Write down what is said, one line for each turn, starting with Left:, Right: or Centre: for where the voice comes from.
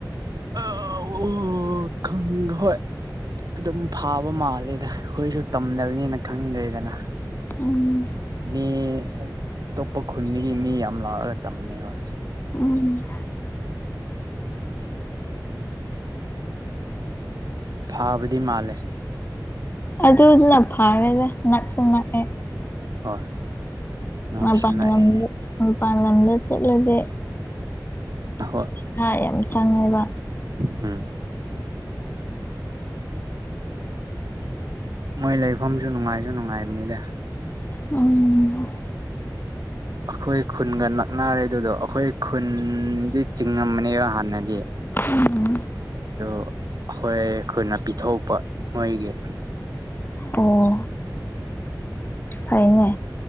Right: ꯑ ꯑꯣ ꯈꯪ ꯍꯣꯏ ꯑꯗꯨꯝ ꯐꯥꯕ ꯃꯥꯜꯂꯦꯗ ꯑꯩꯈꯣꯏꯁꯨ ꯇꯝꯅꯕꯅꯤꯅ ꯈꯪꯗ‌ꯦꯗꯅ
Left: ꯎꯝ
Right: ꯃ‌ꯦ ꯑꯇꯣꯞꯄ ꯈꯨꯟꯗꯒꯤ ꯃꯤ ꯌꯥꯝ ꯂꯥꯛꯑꯒ ꯇꯝꯃꯦ ꯍꯣꯏ
Left: ꯎꯝ
Right: ꯐꯥꯕꯗꯤ ꯃꯥꯜꯂꯦ
Left: ꯑꯗꯨꯗꯅ ꯐꯥꯔꯗ ꯅꯛꯁꯨ ꯅꯛꯑꯦ
Right: ꯍꯣꯏ ꯉꯥꯛꯁꯨ
Left: ꯃꯄꯥꯟ
Right: ꯅꯥꯛꯑꯦ
Left: ꯂꯝꯗ ꯃꯄꯥꯟ ꯂꯝꯗ ꯆꯠꯂꯗꯤ
Right: ꯍꯣꯏ
Left: ꯍ ꯌꯥꯝ ꯆꯪꯉꯦꯕ
Right: ꯎꯝ ꯃꯣꯏ ꯂꯩꯐꯝꯁꯨ ꯅꯨꯡꯉꯥꯏꯁꯨ ꯅꯨꯡꯉꯥꯏꯕꯅꯤꯗ
Left: ꯎꯝ
Right: ꯑꯩꯈꯣꯏ ꯈꯨꯟꯒ ꯅꯛꯅꯔꯦ ꯑꯗꯨꯗꯣ ꯑꯩꯈꯣꯏ ꯈꯨꯟꯗꯤ ꯆꯤꯡꯉꯝꯝꯕꯅꯦꯕ ꯍꯥꯟꯅꯗꯤ
Left: ꯎꯝ
Right: ꯑꯗꯨ ꯍꯣꯏ ꯑꯩꯈꯣꯏꯅ ꯄꯤꯊꯣꯛꯄ ꯃꯣꯏꯒꯤ
Left: ꯑꯣ ꯐꯥꯏꯅꯦ